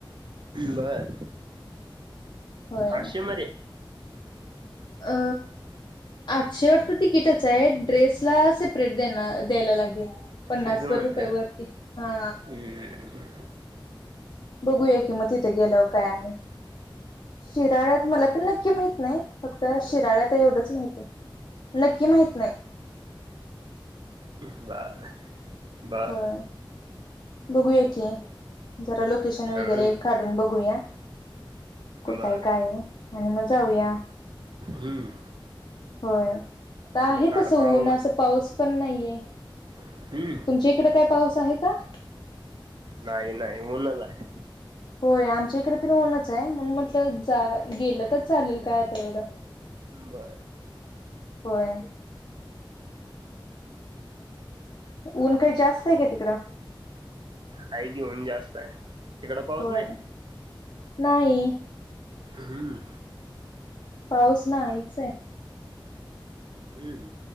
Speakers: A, on the right; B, on the left.
A: बर
B: होय
A: आठशे मध्ये
B: अ आठशेवरर तर तिकीटच आहे ड्रेसला सेपरेट देना द्यायला लागेल. पन्नास
A: तेच म्हटलं
B: वर रुपये वरती हा.
A: हम्म,
B: बघूया कि मग तिथे गेलं काय आणि शिराळ्यात मला पण नक्की माहित नाही फक्त तर शिराळ्यात एवढंच माहित आहे नक्की माहित नाही.
A: बर बर.
B: होय बघूया की जरा लोकेशन
A: हम्म,
B: वगैरे काढून बघूया. कुठय
A: बर
B: काय आणि मग जाऊया.
A: हम्म.
B: होय आता आहे
A: मग काल
B: तसं
A: पाव
B: ऊनं पाऊस पण नाहीये.
A: हम्म,
B: तुमच्या इकडे काय पाऊस आहे का?
A: नाही नाही ऊनच आहे.
B: हो आमच्या इकडे पण होनच आहे. म्हण म्हटलं जा गेलं तर चालेल काय आता एवढं.
A: बर बर.
B: होय. ऊन काही जास्त आहे का तिकडं?
A: काय घेऊन जास्त आहे. तिकडं पाऊस
B: होय
A: नाही
B: नाही.
A: हम्म.
B: पाऊस नाही च आहे.
A: हम्म